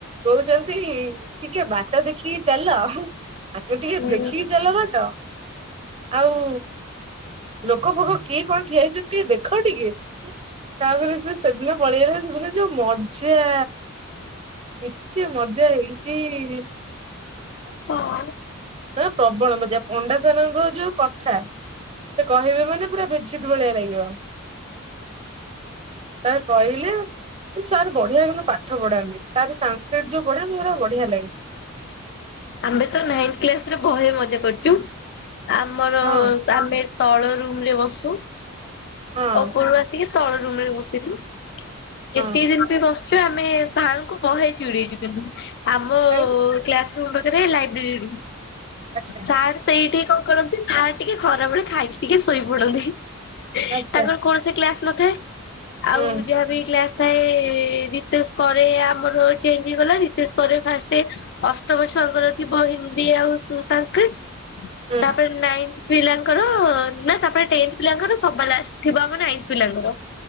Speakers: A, on the right; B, on the left.
A: କହୁଚନ୍ତି ଟିକେ ବାଟ ଦେଖିକି ଚାଲ। ଆଗେ ଟିକେ
B: ହୁଁ
A: ଦେଖିକି ଚାଲ ବାଟ। ଆଉ ଲୋକ ଫୋକ କିଏ କଣ ଠିଆ ହେଇଚନ୍ତି ଟିକେ ଦେଖ ଟିକେ। ତାପରେ ସେ ସେଦିନ ପଳେଇଆଇଲେ ସେଦିନ ଯଉ ମଜା। କେତେ ମଜା ହେଇଚି।
B: <unintelligible>
A: ହଁ ପ୍ରବଳ ମଜା ପଣ୍ଡା ସାର୍ ଙ୍କ ଯଉ କଥା ସେ କହିବେ ମାନେ ପୁରା ବେଜିତ୍ ଭଳିଆ ଲାଗିବ। ସାର୍ କହିଲେ ସାର୍ ବଢିଆ କିନ୍ତୁ ପାଠ ପଢ଼ାନ୍ତି ସାର୍ ସାଂସ୍କ୍ରିଟ୍ ଯଉ ପଢାନ୍ତି ପୁରା ବଢିଆ ଲାଗେ।
B: ଆମେ ତ ନାଇନ୍ଥ୍ କ୍ଲାସ୍ ରେ ବହେ ମଜା କରିଚୁ ଆମର
A: ହଁ
B: ଆମେ ତଳ ରୁମ୍ ରେ ବସୁ
A: ହଁ।
B: ଉପରୁ ଆସିକି ତଳ ଦୋଳି ରେ ବସିଲୁ
A: ହଁ
B: ଯେତିକି ଦିନି ପାଇଁ ବସ୍ ଆମେ ସାର୍ ଙ୍କୁ ବହେ ଚିଡେଇଚୁ କିନ୍ତୁ ଆମ
A: କାହିଁକି
B: କ୍ଲାସ୍ ରୁ ରେ ଲାଇବ୍ରେରୀରୁୁ
A: ଆଚ୍ଛା
B: ସାର୍ ସେଇଠି କ କରନ୍ତି ସାର୍ ଟିକେ ଖରାବେଳେ ଖାଇକି ଟିକେ ଶୋଇ ପଡନ୍ତି
A: ଆଚ୍ଛା
B: ତାଙ୍କର କୌଣସି କ୍ଲାସ୍ ନଥାଏ ଆଉ
A: ହୁଁ
B: ଯାହା ବି କ୍ଲାସ୍ ଥାଏ ରିସେସ୍ ପରେ ଆମର ଚେଞ୍ଜ୍ ହେଇଗଲା ରିସେସ୍ ପରେ ଫାଷ୍ଟେ ଅଷ୍ଟମ‌ ଛୁ ଛୁଆଙ୍କର ଥିବ ହିନ୍ଦୀ ଆଉ ସୁ- ସାଂସ୍କ୍ରିଟ୍
A: ହୁଁ
B: ତାପରେ ନାଇନ୍ଥ୍ ପିଲାଙ୍କର ନା ତାପରେ ଟେନ୍ଥ୍ ପିଲାଙ୍କର ସବା ଲାଷ୍ଟ୍ ଥିବ ଆମ ନାଇନ୍ଥ୍ ପିଲାଙ୍କର।